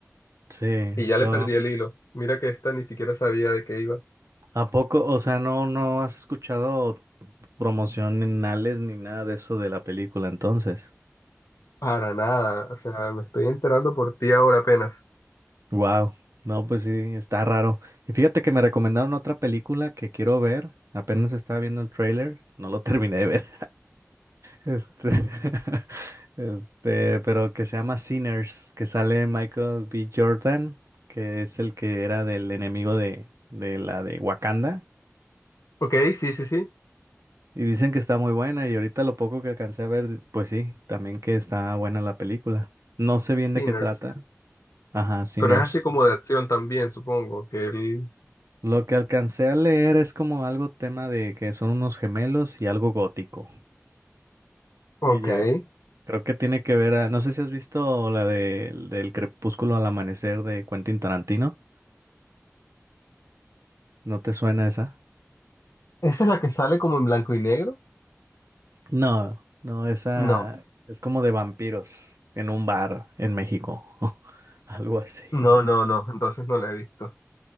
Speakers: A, on the right; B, on the left.
A: Sí,
B: <laughs> y ya
A: todo.
B: le perdí el hilo. Mira que esta ni siquiera sabía de qué iba.
A: ¿A poco? O sea, no, no has escuchado promocionales ni nada de eso de la película entonces.
B: Para nada, o sea, me estoy enterando por ti ahora apenas.
A: Wow. No, pues sí, está raro. Y fíjate que me recomendaron otra película que quiero ver. Apenas estaba viendo el trailer, no lo <laughs> terminé de ver. Este, <laughs> este, pero que se llama Sinners, que sale Michael B. Jordan, que es el que era del enemigo de, de la de Wakanda.
B: Ok, sí, sí, sí,
A: Y dicen que está muy buena, y ahorita lo poco que alcancé a ver, pues sí, también que está buena la película. No sé bien
B: Sinners,
A: de qué trata. Ajá, Sinners.
B: pero es así como de acción también, supongo, que él...
A: Lo que alcancé a leer es como algo tema de que son unos gemelos y algo gótico.
B: Ok,
A: Y ya
B: ¿esa
A: Creo que tiene que ver a... No sé si has visto la de, del crepúsculo al amanecer de Quentin Tarantino. ¿No te suena esa?
B: es la que sale como en blanco y negro?
A: No, no, esa
B: No,
A: es como de vampiros en un bar en México. <laughs> Algo así.
B: no, no, no, entonces no la he visto.